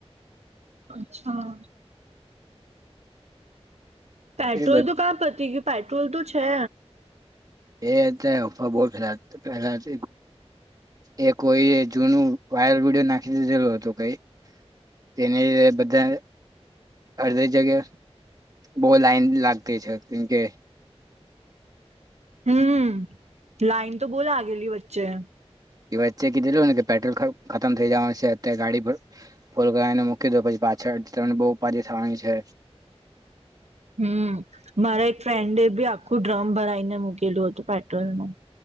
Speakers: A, on the right; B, on the right.
A: અચ્છા પેટ્રોલ
B: એ બધ
A: તો કા પતી ગયું પેટ્રોલ તો હે,
B: એ અત્યારે અફવા બહ ફેલાલા ગ એ કોઈ જૂનું વાયરલ વિડીયો નાખી દીધેલું હતું. કઈ તેને લ બધા અડધી જગ્યા બઉ લાઈન લાગતી છે. કેમકે,
A: હમ, લાઈન તો બોલા આગેલી વચ્ચે.
B: એ વચ્ચે કીધેલું ને કે પેટ્રોલ ખતમ થઇ જવાનું છે. અત્યારે ગાડી ફોલને મૂકી દો પછી પાછળ બહુ પા થવાની છે.
A: હમ્મ, મારા એક ફ્રેન્ડ એ બી આખુ તું ડ્રમ ભરાઈને મુકેેલુ હતું. પેટ્રોલ પંપ